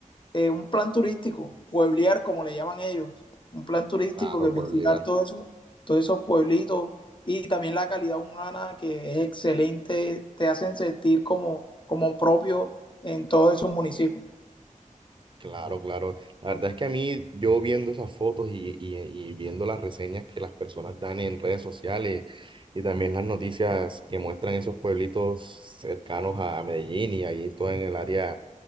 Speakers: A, on the left; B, on the right.
A: eh, un plan turístico, pueblear como le llaman ellos, un plan turístico
B: Claro,
A: que
B: pueblear.
A: visitar todo eso, todos esos pueblitos y también la calidad humana que es excelente, te hacen sentir como, como propio en todos esos municipios.
B: Claro, claro. La verdad es que a mí, yo viendo esas fotos y, y y viendo las reseñas que las personas dan en redes sociales, y también las noticias que muestran esos pueblitos cercanos a Medellín y ahí todo en el área